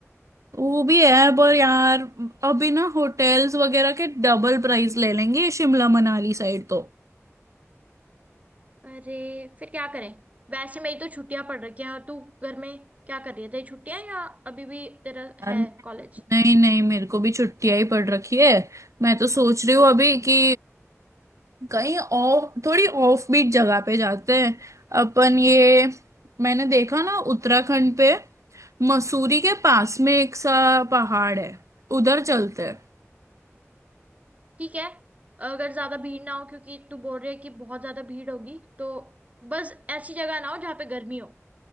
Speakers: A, on the right (about 80°); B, on the right (about 30°).
A: वो भी है पर यार अभी ना होटल्स वगैरह के डबल प्राइस ले लेंगे शिमला मनाली साइड तो
B: अरे फिर क्या करें वैसे मेरी तो छुट्टियां पड़ रखी हैं और तू घर में क्या कर रही है तेरी छुट्टियां या अभी भी तेरा
A: यार
B: है कॉलेज
A: नहीं नहीं मेरे को भी छुट्टियां ही पड़ रखी है मैं तो सोच रही हूँ अभी कि कहीं ऑफ थोड़ी ऑफ बीट जगह पे जाते हैं अपन ये मैंने देखा ना उत्तराखंड पे मसूरी के पास में एक सा पहाड़ है उधर चलते हैं
B: ठीक है अगर ज्यादा भीड़ ना हो क्योंकि तू बोल रही है कि बहुत ज्यादा भीड़ होगी तो बस ऐसी जगह ना हो जहाँ पे गर्मी हो